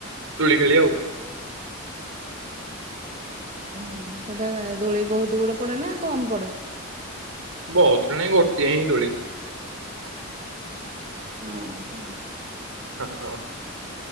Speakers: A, on the right; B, on the right.
A: ଦୋଳି ଖେଳି ଆଉ
B: ହଓ ସେଟା ଦୋଳି ବହୁତ ଗୁଡେ ପଡେ ନା କମ ପଡେ?
A: ବହୁତ ନାଇଁ ଗୋଟିଏ ହିଁ ଦୋଳି।
B: ଆଁ ହ।
A: ହଁ ହ।